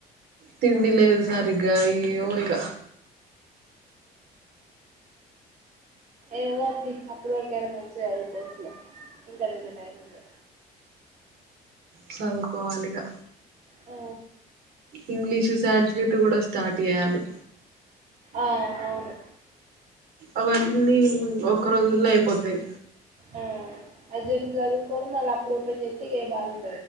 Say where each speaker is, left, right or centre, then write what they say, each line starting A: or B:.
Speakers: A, on the right; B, on the right.
A: తింలేదు సారగా ఈయ్యో ఇకా
B: ఏతి అప్పుడు వకనా మనసకోవచ్చలే ఇంటర్వ్యూ టైమ్ ఉంది
A: చదువుకోవాలిగా
B: ఓ
A: ఇంగ్లీషు శాల్రీట్ కూడా స్టార్ట్ చేయాలి
B: ఆను
A: అవువను అన్ని ఒక్క రోజుల్లో అయిపోతాయి
B: ఆ అజెం చదువుకోని మళ అప్పుడుపని చెస్తగా బాగు